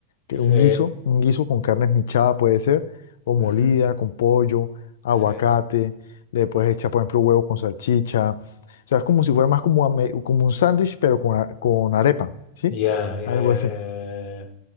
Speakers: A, on the left; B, on the left.
A: que
B: sí,
A: un guiso, un guiso con carne esmechada puede ser, o
B: sí.
A: molida,
B: Mm,
A: con pollo, aguacate,
B: sí.
A: le puedes echar, por ejemplo, huevo con salchicha. O sea, es como si fuera más como, ame- como un sándwich, pero con, a- con arepa, ¿sí?
B: Ya, ya,
A: Algo
B: ya,
A: así.
B: ya. ya.